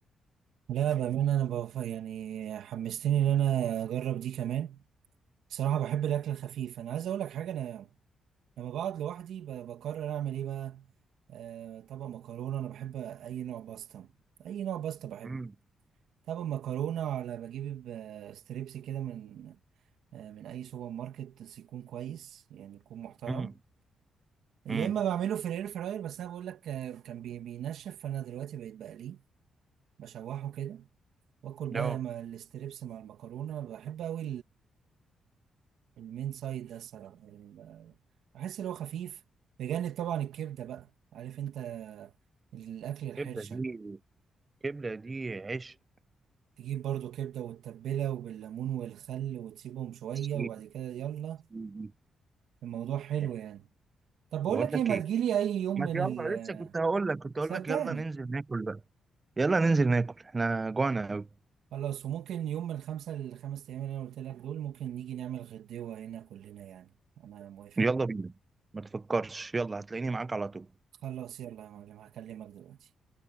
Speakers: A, on the right; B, on the right.
A: لا بأمانة أنا بف... يعني حمستني إن أنا أجرب دي كمان بصراحة بحب الأكل الخفيف أنا عايز أقول لك حاجة أنا لما بقعد لوحدي ب... بقرر أعمل إيه بقى آه طبق مكرونة أنا بحب أي نوع باستا أي نوع باستا بحبه
B: امم
A: طبق مكرونة على بجيب ب- ستريبس كده من آه من أي سوبر ماركت بس يكون كويس يعني يكون محترم
B: امم
A: يا
B: امم
A: اما بعمله في الاير فراير بس انا بقول لك آه، كان بي- بينشف فانا دلوقتي بقيت بقليه بشوحه كده واكل
B: لا
A: بقى مع الاستريبس مع المكرونه بحب قوي المين سايد ده الصراحه يعني ب- بحس ان هو خفيف بجانب طبعا الكبده بقى عارف انت الاكل الحرشه
B: كبدة دي كبدة دي عيش
A: تجيب برضو كبده وتتبلها وبالليمون والخل وتسيبهم شويه
B: <laughs> سيدي
A: وبعد كده يلا
B: سيدي
A: الموضوع حلو
B: يعني
A: يعني طب بقول
B: بقول
A: لك
B: لك
A: ايه ما
B: ايه
A: تجيلي اي يوم
B: ما
A: من
B: يلا
A: ال
B: لسه كنت هقول لك كنت
A: صدقني
B: هقول لك يلا ننزل ناكل بقى يلا ننزل ناكل احنا جوعنا قوي
A: خلاص وممكن يوم من خمسة لخمس أيام اللي أنا قلت لك دول ممكن نيجي نعمل غدوة هنا كلنا يعني أنا موافق
B: يلا بينا ما تفكرش يلا هتلاقيني معاك على طول
A: خلاص يلا يا معلم هكلمك دلوقتي